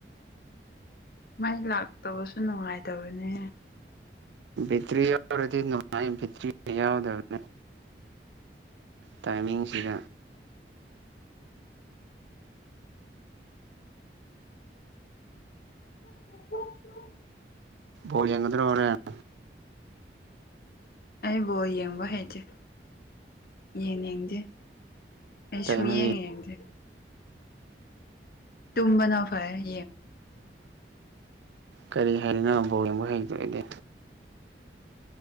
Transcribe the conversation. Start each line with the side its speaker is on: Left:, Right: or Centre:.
Left: ꯃꯩ ꯂꯥꯛꯇꯕꯁꯨ ꯅꯨꯡꯉꯥꯏꯇꯕꯅꯦ
Right: ꯚꯦꯛꯇ꯭ꯔꯤ ꯌꯥꯎꯔꯗꯤ ꯅꯨꯡꯉꯥꯏ ꯕꯦꯛꯇꯔꯤ ꯌꯥꯎꯗꯕꯅꯦ ꯇꯥꯏꯃꯤꯡꯁꯤꯗ
Left: ꯍ
Right: ꯣ ꯑꯉꯗ ꯑꯣꯔꯌꯥꯅ
Left: ꯑꯩꯕꯨꯣ ꯌꯦꯡꯕ ꯍꯥꯏꯩꯁꯦ ꯌꯦꯡ ꯌꯦꯡꯗꯦ ꯑꯩ
Right: ꯀꯩꯅꯣ
Left: ꯁꯃ ꯌꯥꯉ ꯌꯦꯗꯤ ꯇꯨꯝꯕꯅ ꯐꯥꯏ
Right: ꯀꯔꯤ ꯍꯥꯏꯔꯤꯅꯣꯕꯣꯕ ꯍꯩꯗꯗꯤ